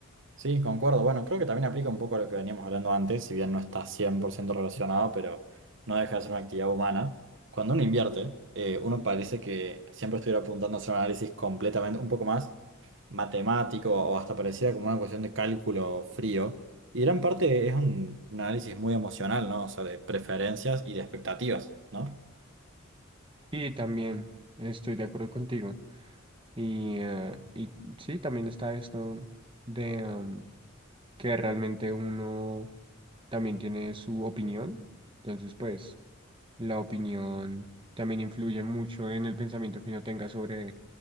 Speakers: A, on the right (about 60°); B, on the right (about 25°).
A: sí, concuerdo. Bueno, creo que también aplica un poco a lo que veníamos hablando antes, si bien no está 100% relacionado, pero no deja de ser una actividad humana. Cuando uno invierte, eh, uno parece que siempre estuviera apuntando a hacer un análisis completamente, un poco más matemático o hasta pareciera como una cuestión de cálculo frío. Y gran parte es un, un análisis muy emocional, ¿no? O sea, de preferencias y de expectativas, ¿no?
B: Y también estoy de acuerdo contigo. Y, eh, y sí, también está esto de... que realmente uno también tiene su opinión. Entonces, pues, la opinión también influye mucho en el pensamiento que uno tenga sobre